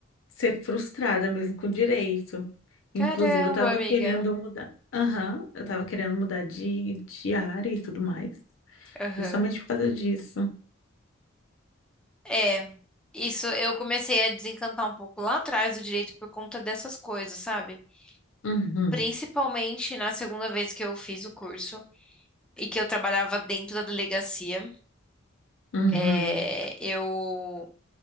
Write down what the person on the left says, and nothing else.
ser frustrada mesmo com o direito.
Inclusive, eu tava
querendo mudar. Aham, eu tava querendo mudar de, de área e tudo mais.
Justamente por causa disso.
Uhum,
uhum,